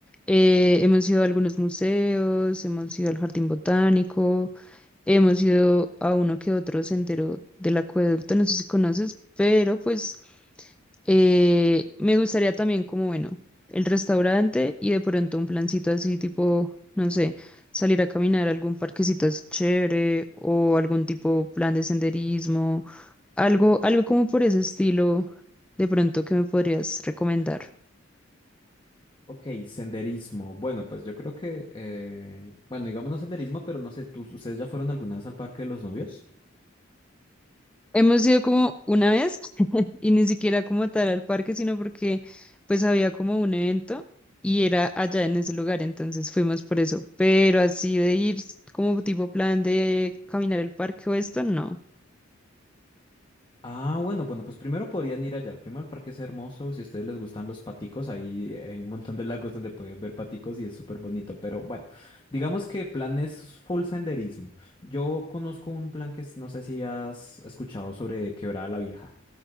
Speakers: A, in the centre; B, on the left (about 25°).
A: eh, hemos ido a algunos museos, hemos ido al jardín botánico, Hemos ido a uno que otro sendero del acueducto, no sé si conoces, pero pues eh, me gustaría también como, bueno, el restaurante y de pronto un plancito así tipo, no sé, salir a caminar a algún parquecito así chévere o algún tipo plan de senderismo, algo, algo como por ese estilo, de pronto que me podrías recomendar.
B: Ok, senderismo. Bueno, pues yo creo que, eh, bueno, digamos no senderismo, pero no sé, ¿tú- ¿ustedes ya fueron alguna vez al Parque de los Novios?
A: Hemos ido como una vez <laughs> y ni siquiera como tal al parque, sino porque pues había como un evento y era allá en ese lugar, entonces fuimos por eso. Pero así de ir como tipo plan de caminar el parque o esto, no.
B: Ah, bueno, bueno, pues primero podrían ir allá. Primero el parque es hermoso. Si a ustedes les gustan los paticos, ahí hay un montón de lagos donde pueden ver paticos y es súper bonito. Pero bueno, digamos que plan es full senderismo. Yo conozco un plan que es- no sé si has escuchado sobre Quebrada la Vieja.